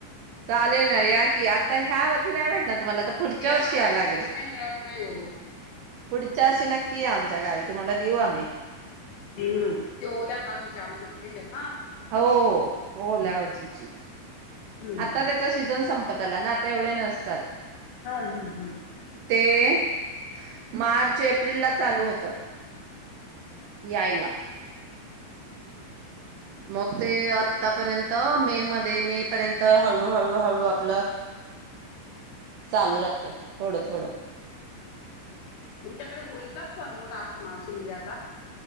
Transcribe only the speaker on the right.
चालेल ना या की आत ह्या वर्षी नाही भेटनार तुम्हाला, आता पुढच्या
वर्षी यावं
लागेल.
पुढच्यार्षी नक्की या आमच्या गावी तुम्हाला देऊ आम्ही.
हो हो हो ल्यावचीजी.
आता
त्याचा शिजन संप त्याला ना आता एवढे नसतात.
ते मार्च, एप्रिल, ला चालू होतात यायला. मग ते आतापर्यंत मे मध्ये मे पर्यंत हळूहळू, हळू आपलं चालू राहते थोडं, थोड.